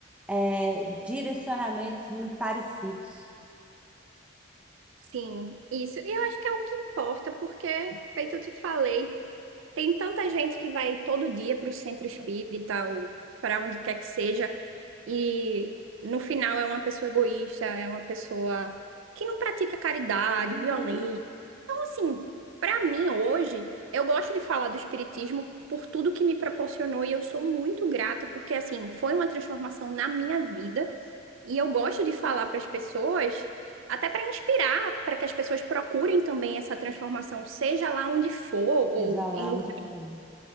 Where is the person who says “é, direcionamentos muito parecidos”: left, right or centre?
Centre